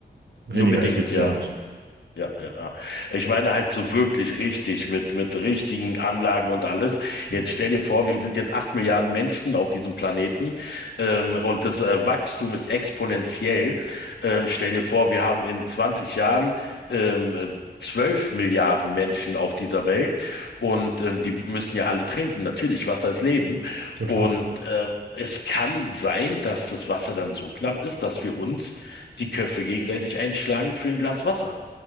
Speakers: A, on the right; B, on the left.
A: weniger
B: nur bedingt,
A: effizient.
B: ja. Ja, ja, ja. Ich meine halt so wirklich richtig mit, mit richtigen Anlagen und alles. Jetzt
A: Mhm.
B: stell dir vor, wir sind jetzt acht Milliarden Menschen auf diesem Planeten, ähm, und das äh, Wachstum ist exponentiell. Ähm, stell dir vor, wir haben in zwanzig Jahren, ähm, 12 Milliarden Menschen auf dieser Welt und ähm, die müssen ja alle trinken. Natürlich, Wasser ist Leben.
A: Total.
B: Und ähm, es kann sein, dass das Wasser dann so knapp ist, dass wir uns die Köpfe gegenseitig einschlagen für ein Glas Wasser.